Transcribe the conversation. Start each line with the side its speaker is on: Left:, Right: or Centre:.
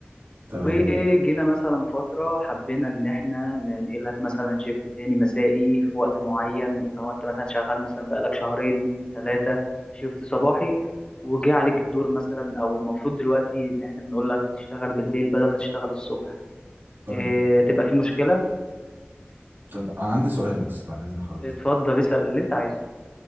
Right: تمام
Left: وجينا مثلا فترة حبينا إن إحنا ننقلك مثلا شيفت تاني مسائي في وقت معين اللي هو أنت مثلا شغال مثلا بقالك شهرين ثلاثة شيفت صباحي وجه عليك الدور مثلا أو المفروض دلوقتي إن إحنا بنقول لك تشتغل بالليل بدل ما تشتغل الصبح
Right: طيب
Left: إيه هتبقى في مشكلة
Right: طب عندي سؤال بس بعد اذن حضرتك
Left: اتفضل اسأل اللي أنت عايزه